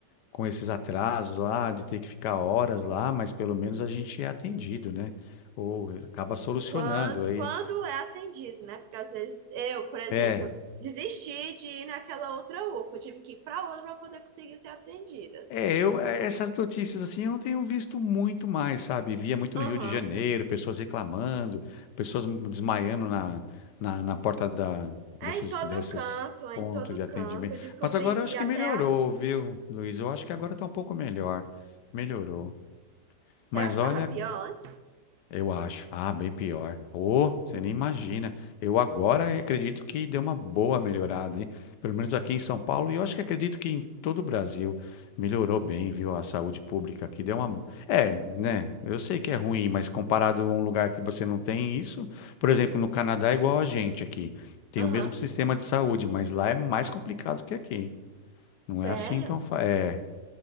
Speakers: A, on the left (about 75°); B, on the right (about 70°).
A: com esses atrasos lá de ter que ficar horas lá, mas pelo menos a gente é atendido, né? Ou acaba solucionando
B: Quando,
A: aí.
B: quando é atendido, né? Porque às vezes eu, por exemplo,
A: É,
B: desisti de ir naquela outra UPA, eu tive que ir para outra para poder conseguir ser atendida.
A: É, eu, eh, essas notícias assim, eu não tenho visto muito mais, sabe? Via muito
B: Aham.
A: no Rio de Janeiro, pessoas reclamando, pessoas m- desmaiando na, na, na porta da,
B: É
A: desses,
B: em todo
A: desses
B: canto, é
A: pontos
B: em todo
A: de atendimento.
B: canto. Eu descobri
A: Mas agora
B: que
A: eu acho
B: até
A: que melhorou,
B: a.
A: viu, Luiz? Eu acho que agora tá um pouco melhor. Melhorou.
B: Será
A: Mas
B: que estava
A: olha,
B: pior antes?
A: eu acho. Ah, bem pior. Ô, você nem imagina. Eu agora acredito que deu uma boa melhorada, hein? Pelo menos aqui em São Paulo, e eu acho que acredito que em todo o Brasil melhorou bem, viu? A saúde pública aqui deu uma. É, né? Eu sei que é ruim, mas comparado a um lugar que você não tem isso, por exemplo, no Canadá é igual a gente aqui. Tem
B: Aham.
A: o mesmo sistema de saúde, mas lá é mais complicado que aqui. Não
B: Sério?
A: é assim, então. fa- É.